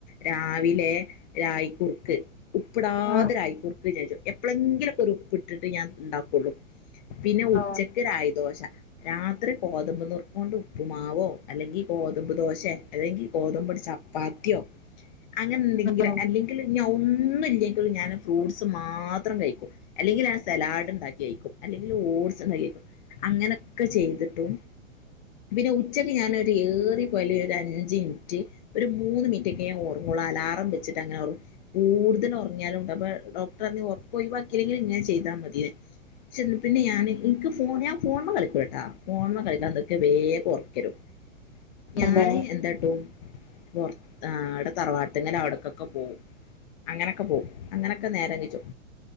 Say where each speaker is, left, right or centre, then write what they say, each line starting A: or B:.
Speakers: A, on the left (about 35°); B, on the left (about 60°).
A: രാവിലെ രായ്ക്കുർക്ക്. ഉപ്ടാതെരായി
B: ആഹ്
A: കുർക് <unintelligible> എപ്പോഴെങ്കിലും ഒക്കെ ഒരു ഉപ്പിട്ട് ട്ട് ഞാൻ ഉണ്ടാക്കുള്ളു. പിന്നെ ഉച്ചക്ക്
B: ആഹ്
A: രായിദോശ. രാത്രി ഗോതമ്പ് നുറുക്കോണ്ട് ഉപ്പുമാവോ, അല്ലെങ്കിൽ ഗോതമ്പ് ദോശെ, അല്ലെങ്കിൽ ഗോതമ്പ്ടി ച പാത്തിയോ.
B: <inaudible>
A: അങ്ങനെ ഇണ്ടങ്കില്
B: ആഹ്
A: അല്ലെങ്കിൽ ഞ ഒന്നുംല്ലെങ്കിൽ ഞാൻ ഫ്രൂട്ട്സ് മാത്രം കഴിക്കും. അല്ലെങ്കിൽ ഞാൻ സലാഡ് ഉണ്ടാക്കി കഴിക്കും. അല്ലെങ്കിൽ ഓട്സ് ഉണ്ടാക്കി കഴിക്കും. അങ്ങനൊക്കെ ചെയ്ത്ട്ടും, പിന്നെ ഉച്ചക്ക് ഞാനൊരു ഏറി പോയല് ഒര അഞ്ച്ൻറ്റ്, ഒരു മൂന്ന് മിനിട്ട് ഒക്കെ ഞാൻ ഉറങ്ങോള്ളൂ. അലാറം വെച്ചിട്ട് അങ്ങനെ ഒ കൂടുതല ഉറങ്ങിയാലും ഉണ്ട്. അപ്പൊ ഡോക്ടർ പറഞ്ഞു ഒറക്ക് ഒയിവാകിലെങ്കിലും ഇങ്ങനെ ചെയ്താ മതിന്ന്. ഷേ പിന്നെ ഞാന് എനിക്ക് ഫോൺ ഞാൻ ഫോണ്മ കളിക്കൂട്ടാ. ഫോണ്മ കളിക്കാൻക്ക് വേകം ഒറക് വെരും. ഞാന്
B: അതെ
A: എന്താട്ടും, പുർത്ത അ ടെ തറവാട്ട്ങ്ങല അവിട്ക്കൊക്കെ പോവും. അങ്ങനൊക്കെ പോവും. അങ്ങനൊക്കെ നേരം കയ്ച്ചും.